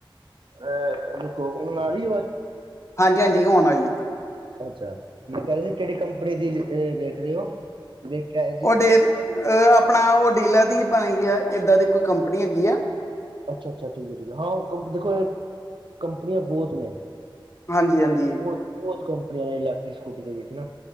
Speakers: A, on the right; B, on the left.
A: ਅਹ ਰੁਕੋ, ਹੁਣ ਆ ਰਹੀ ਆਵਾਜ਼?
B: ਹਾਂਜੀ ਹਾਂਜੀ, ਹੋਣ ਆ ਜੀ
A: ਅੱਛਾ, ਮੈਂ ਕਹਿ ਰ ਸੀ, ਕਿਹੜੀ ਕੰਪਨੀ ਦੀ ਵੇਖ ਰਹੇ ਹੋ? ਵਖਿਆ
B: ਉਹ ਡੇ ਆਪਣਾ ਉਹ ਡੇਲਰ ਦੀ ਭਵੇ, ਕੀ ਇਏਦਾਂ ਦੀ ਕੋਈ ਕੰਪਨੀ ਹੈਗੀ ਆ।
A: ਅੱਛਾ ਅੱਛਾ, ਠੀਕ ਹੈ ਠੀਕ ਹੈ, ਹਾਂ ਉਹ ਕੰ ਦੇਖੋ ਕੰਪਨੀਆਂ ਬਹੁਤ ਨੇ
B: ਹਾਂਜੀ, ਹਾਂਜੀ।
A: ਬਹੁਤ ਬਹੁਤ ਕੰਪੀਆਂ ਨੇ, ਇਲੈਕਟ੍ਰਿਕ ਸਕੂਟੀ ਦੇ ਵਿੱਚ ਨਾ